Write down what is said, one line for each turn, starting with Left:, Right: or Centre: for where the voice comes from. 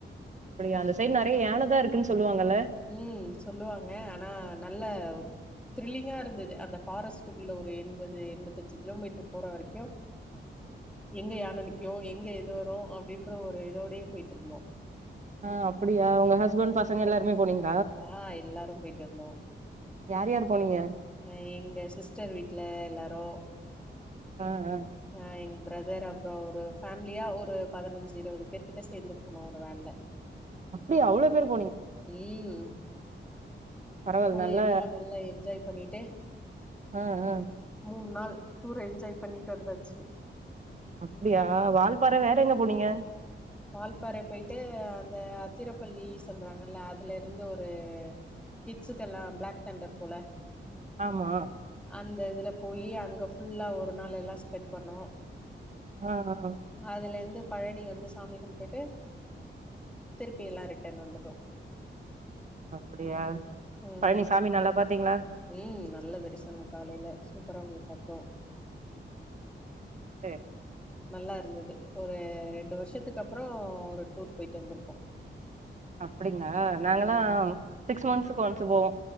Right: அப்டியா அந்த சைடு நெறைய யானதா இருக்குன்னு சொல்லுவாங்கல்லா
Centre: ம் சொல்லுவாங்க ஆனா நல்ல ஒரு த்ரில்லிங்கா இருந்தது அந்த ஃபாரஸ்ட்டுக்குள்ள ஒரு என்பது என்பத்தஞ்சு கிலோமீட்டரு போற வரைக்கியு எங்க யான நீக்கி எங்க எது வரு அப்டின்ற ஒரு இதோடயே போய்ட்டு இருந்தோ
Right: ஆ அப்டியா உங்க ஹஸ்பண்ட் பசங்க எல்லாருமே போனீங்
Centre: ஆ எல்லாரு போய்ட்டு வந்தோ
Right: யாரு யார் போனீங்க
Centre: அ எங்க சிஸ்டர் வீட்டில எல்லாரு
Right: ஆ ஆ
Centre: ஆ எங்க பிரதர் அப்றோ ஒரு ஃபேமிலியா ஒரு பதினஞ்சு இருவது பேர்க்கிட்ட சேந்து போனு ஒரு வேன்ல
Right: அப்டி அவ்ளோ பேருக்
Centre: ம்
Right: பரவால்ல
Centre: போய்
Right: நல்ல
Centre: எல்லா நல்லா என்ஜாய் பண்ணிட்டு
Right: ஆ ஆ
Centre: மூண் நாள் டூர என்ஜாய் பண்ணிட்டு வந்தாச்சு
Right: அப்டியா வால்பாற வேற எங்க போனீங்க
Centre: வால்பறை போட்டு அந்த அத்திரப்பள்ளி சொல்றாங்கல்ல அதுல இருந்து ஒரு கிட்ஸுக்கெல்லா பிளாக் தண்டர் போல
Right: ஆமா
Centre: அந்த இதில போய் அங்க ஃபுல்லா ஒரு நாள் எல்லா ஸ்பெண்ட் பண்ணோ
Right: ஆ ஆ
Centre: அதுலேந்து பழனி வந்து சாமி கும்ட்டுட்டு திருப்பியெல்லா ரிட்டன் வந்துட்டோ
Right: அப்டியா
Centre: ம்
Right: பழனி சாமி நல்லா பாத்தீங்களா
Centre: ம் நல்ல தரிசனம் காலயில சூப்பரா போய் பாத்தோ
Right: <unintelligible>
Centre: நல்லா இருந்தது ஒரு ரெண்டு வருஷத்துக்கு அப்றோ ஒரு டூர் போய்ட்டு வந்திருக்கோ
Right: அப்டிங்களா நாங்களா
Centre: ம்
Right: சிக்ஸ் மந்த்ஸ்க்கு ஒன்ஸ்ஸு போவோ